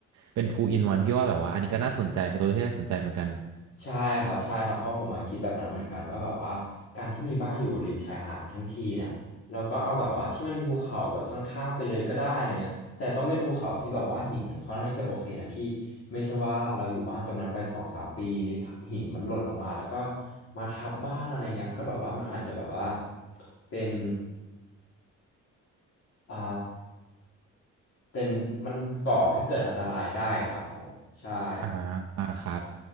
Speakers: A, on the right; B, on the left.
A: เป็น two in one พี่ว่าแบบว่าอันนี้ก็น่าสนใจเป็นตัวเลือกที่น่าสนใจเหมือนกัน
B: ใช่ครับใช่ครับเพราะผมมาคิดแบบนั้นเหมือนกันว่าแบบว่าการที่มีบ้านอยู่ริมชายหาดทั้งทีเนี่ยเราก็เอาแบบว่าที่มันมีภูเขาแบบข้างๆไปเลยก็ได้อะไรเงี้ยแต่ต้องเป็นภูเขาที่แบบว่าหินมันค่อนข้างจะโอเคนะพี่ไม่ใช่ว่าเราอยู่บ้านตรงนั้นไปสองสามปีหินมันหล่นลงมาแล้วก็มาทับบ้านอะไรเงี้ยก็แบบว่ามันอาจจะแบบว่าเป็นอ่าเป็นมันก่อให้เกิดอันตรายได้ครับผมใช่ครับ
A: อ่าครับ